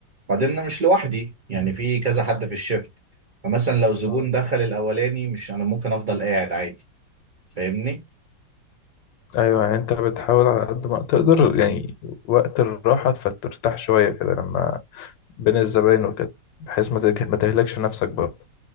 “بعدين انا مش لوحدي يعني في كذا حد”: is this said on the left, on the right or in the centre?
Right